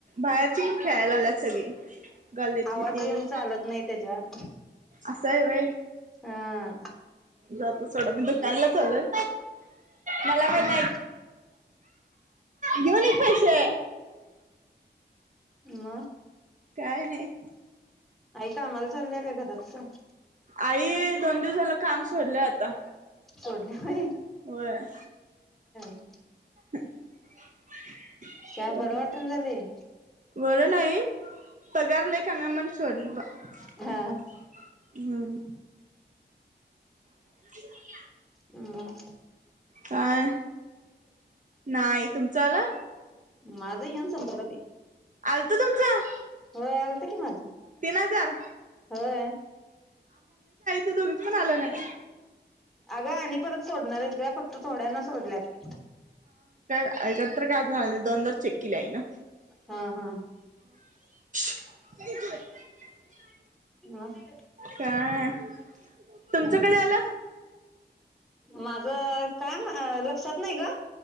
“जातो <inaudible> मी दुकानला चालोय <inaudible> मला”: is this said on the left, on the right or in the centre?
Right